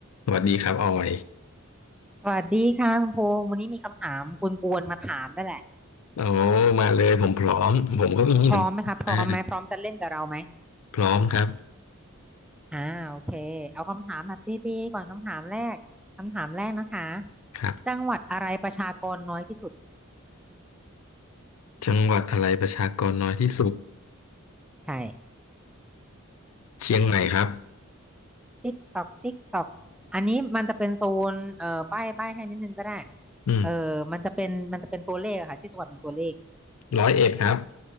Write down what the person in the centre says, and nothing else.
สวัสดีค่ะคุณพงษ์วันนี้มีคำถามกวนๆมาถามนั่นแหละ
พร้อมไหมคะพร้อมไหมพร้อมจะเล่นกับเราไหม
อ่าโอเคเอาคำถามแบบเบ๊ๆก่อนคำถามแรกคำถามแรกนะคะ
จังหวัดอะไรประชากรน้อยที่สุด
ใช่
ติ๊กตอกติ๊กตอกอันนี้มันจะเป็นโซนเอ่อใบ้ใบ้ให้นิดนึงก็ได้
เออมันจะเป็นมันจะเป็นตัวเลขอะค่ะชื่อจังหวัดเป็นตัวเลข